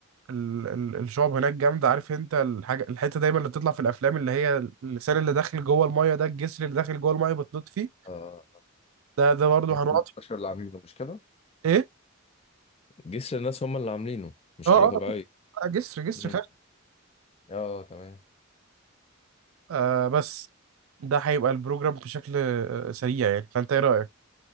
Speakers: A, on the right; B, on the left.
A: ال- ال- الشعب هناك جامدة عارف انت الحاجة الحتة دايما اللي بتطلع في الافلام اللي هي اللسان اللي داخل جوه المية ده الجسر اللي داخل جوه المية بتنط فيه
B: آه
A: ده ده برضه
B: جبت
A: هنقعد
B: البشر
A: فيه.
B: اللي عاملينه مش كده؟
A: ايه
B: جسر الناس هم اللي عاملينه مش
A: اه
B: حاجة طبيعية
A: اه لا، جسر جسر
B: مم.
A: خشب
B: اه تمام
A: آه بس ده هيبقى البروجرام بشكل آه، سريع يعني فانت ايه رأيك